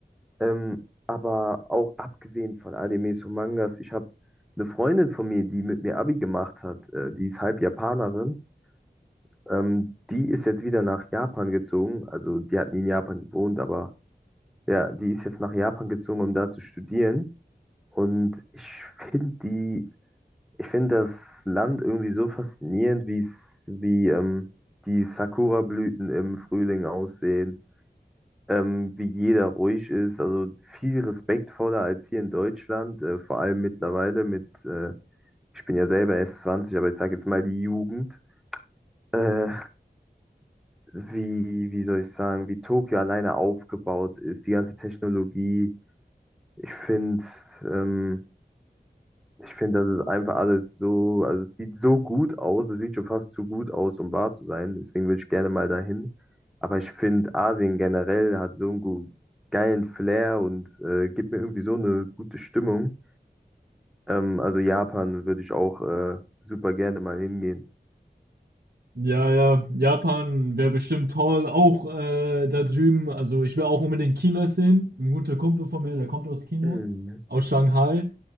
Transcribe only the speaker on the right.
Ja, ja, Japan wäre bestimmt toll. Auch äh, da drüben, also ich will auch unbedingt China sehen. Ein guter Kumpel von mir, der kommt aus China,
aus Shanghai.